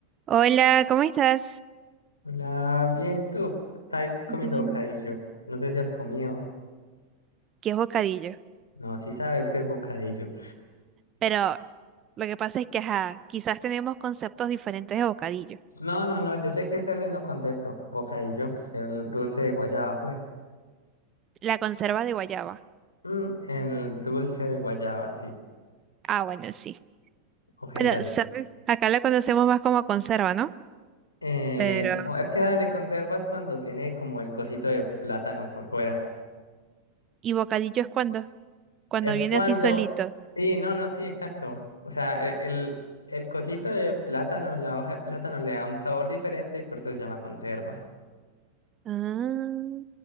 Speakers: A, on the right; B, on the left.
A: Hola, ¿cómo estás?
B: Hola, bien, ¿y tú? Estás comiendo
A: Bien.
B: bocadillo. No sé si has comido.
A: ¿Qué es bocadillo?
B: No, sí sabes que es bocadillo.
A: Pero lo que pasa es que, ajá, quizás tenemos conceptos diferentes de bocadillo.
B: No, no, no, yo sé que es el mismo concepto. Bocadillo, el dulce de guayaba, pues.
A: La conserva de guayaba.
B: Mm, el dulce de guayaba, sí.
A: Ah, bueno, sí.
B: Ok,
A: Bueno,
B: dale.
A: ¿sabes? Acá la conocemos más como conserva, ¿no?
B: Eh,
A: Pero...
B: supongo, es que dale, conservas cuando tiene como el cosito de plátano por fuera.
A: ¿Y bocadillo es cuando? Cuando
B: Es
A: viene
B: cuando...
A: así solito.
B: Sí, no, no, sí, exacto. O sea, e- el, el cosito de plátano, la hoja de plátano le da un sabor diferente y por eso se llama conserva.
A: Ah,